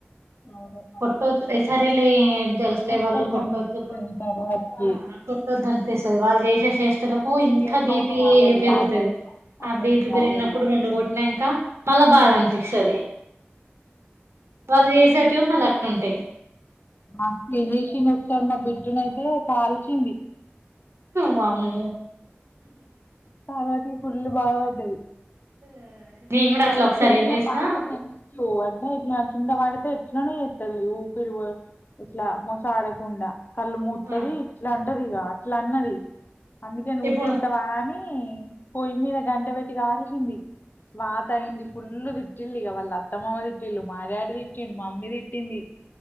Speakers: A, on the left (about 45°); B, on the right (about 85°).
A: అవును
B: కొట్టొద్దు ఈసారి వెళ్ళి
A: పాపం
B: తెలుసులే
A: కొట్టద్దనిపిస్తది
B: వాళ్ళు కొట్టొద్దు
A: తర్వాతకి
B: ఆ కొట్టొద్దు. అనిపిస్సది వాళ్ జే షే చేష్టలకు ఇంకా
A: ఇగ
B: బీపీ
A: కోపం ఆగదిగా
B: పెరుగుతది
A: ఆ టైం లో
B: ఆ
A: టైం
B: బీపీ
A: లో
B: పెరిగినప్పుడు
A: ఆగదిగా
B: రెండు కొట్టినంకా మళ్ళా బాధ
A: ఉమ్
B: అనిపిస్సది వాళ్ళు చేసేటివి మళ్ళా, అట్టుంటయ్
A: మాకు ఏంజేసింది ఒకసారి మా బిడ్డను అయితే కాల్చింది
B: వామ్మో
A: కాబటి ఇపుడు ఇల్లు బాగ పడ్డది
B: <unintelligible>
A: వాళ్ల
B: ఒకసారి
A: చెల్లినే
B: ఏం చేసినా
A: బాగా ఫ్రెండ్స్ తో అడ్నే ఇట్ల కింద వడితే ఎట్లనో ఏత్తది ఊపిరు ఇట్లా మోస ఆడకుండా కళ్ళు మూత్తది
B: ఆ
A: ఇట్లాం టదిగా ఇట్లా అన్నది అందుకే నుకేత్తవా
B: ఇప్పుడు
A: అని పోొ్య మీద గంట పెట్టికి ఆల్సింది పాత అయింది కుల్ తిట్టింది ఇక వాళ్ళ అత్తమ్మమ్మ తిట్టిళ మా డాడ తిట్టింది మా మమ్మీ తిట్టింది